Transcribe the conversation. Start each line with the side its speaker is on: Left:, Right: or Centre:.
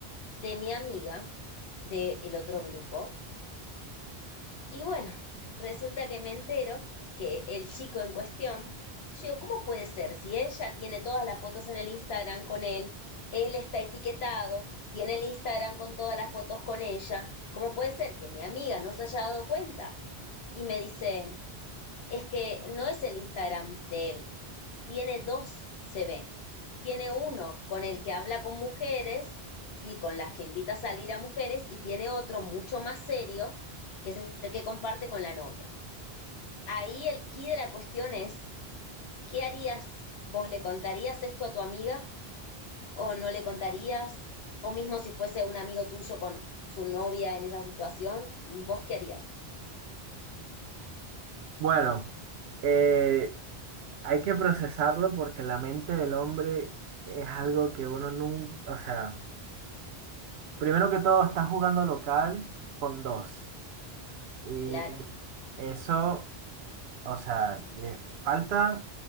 Left: de mi amiga del otro grupo. Y bueno, resulta que me entero que el chico en cuestión, yo digo, ¿cómo puede ser? Si ella tiene todas las fotos en el Instagram con él, él está etiquetado, tiene el Instagram con todas las fotos con ella, ¿cómo puede ser que mi amiga no se haya dado cuenta? Y me dice, es que no es el Instagram de él, tiene dos, se ve. Tiene uno con el que habla con mujeres y con las que invita a salir a mujeres y tiene otro mucho más serio, que es el que comparte con la novia. Ahí el key de la cuestión es, ¿qué harías? ¿Vos le contarías esto a tu amiga o no le contarías? O mismo si fuese un amigo tuyo con su novia en esa situación, ¿vos qué harías?
Right: bueno, eh, hay que procesarlo porque la mente del hombre es algo que uno nunca, o sea, primero que todo, está jugando local con dos. Y
Left: Claro.
Right: eso, o sea, le falta,